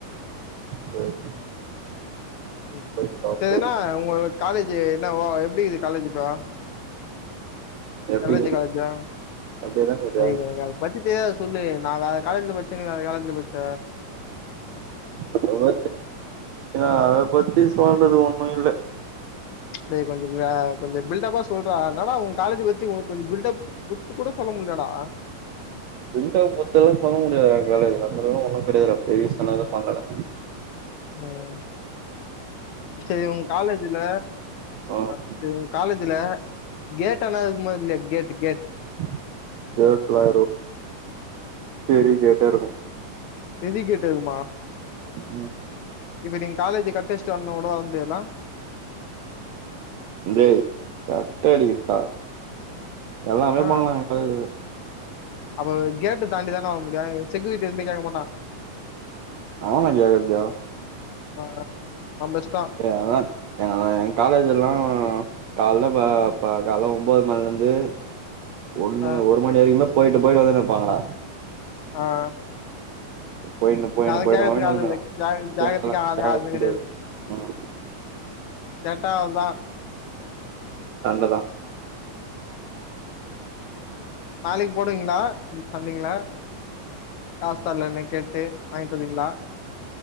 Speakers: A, on the right; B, on the left.
A: சரி
B: ம்
A: போய் சாப்டு
B: சரினா உங்க காலேஜ் என்ன எப்படிக்குது காலேஜ் இப்ப
A: எப்டி
B: <unintelligible> காலேஜா
A: அப்டியேதாங்க இருக்கு
B: ஏய் எனக்கு அத பத்தி தெரியாது சொல்லு நா வேற காலேஜுல படிச்சே நீ வேற காலேஜல படிச்ச
A: <unintelligible> அத பத்தி சொல்றது ஒண்ணு இல்ல
B: டேய் கொஞ்சோ கொஞ்சோ பில்டப்பா சொல்றா என்னடா உங்க காலேஜ் பத்தி உங்ளுக்கு கொஞ்ச பில்டப் உத்து கூட பண்ண முட்லயேடா
A: விண்டா பொத்து எல்லா பண்ணமுடியாதுடா காலேஜ்ல அந்த அளவுளா ஒன்னு கெடையாது டா பெரிஸ்சா எதும் பண்லடா
B: ம் சரி உங்க காலேஜ்ல
A: ம்
B: ஆ ஆ உங்க காலேஜ்ல கேட்டலா இருக்குமா இல்லையா கேட் கேட்
A: <unintelligible> கரி கேட்டா இருக்கு
B: விதி கேட்டதுமா
A: ம் ம்
B: இப்ப நீங்க காலேஜ் கட் அடிச்சு வரனும்னா கூட வர முடியாதுலா
A: ஏய் கட்ட அடிக்கதா எல்லாமே
B: ஆ
A: பண்ணலாங்க அது
B: அப்ப கேட்டு தாண்டிதான வர முடியு செக்கிருட்டி எதுமே கேக்க மாட்டா
A: அவனா கேக்கதா
B: ஆ ஆ ஆ பெஸ்டா
A: அதா எ எங்க காலேஜ் எல்லா கால்ல பா பா கால்ல ஒம்போது மணில இருந்து ஒண்ணு
B: ஆ
A: ஒரு மணி வரைக்குமே போயிட்டு போயிட்டு வந்துனு இருப்பாங்கடா
B: ஆ
A: போயினு போயினு
B: அதா
A: போயினு
B: கேக்குறதுக்கு
A: போயினு வந்துனு
B: ஆள் இல்ல கே கேக்குறதுக்கு
A: கேக்கல
B: ஆள்
A: கேக்கல
B: யாருமே
A: முடியாது
B: கெடையாது
A: ம்
B: <inaudible> கேட்டா அவ்ளோ தா
A: சண்டதா
B: நாளைக்கு போடுவிங்களா சண்டைங்களா காஸ்தலன்ன கேட்டு வாங்கிட்டு வந்தீங்களா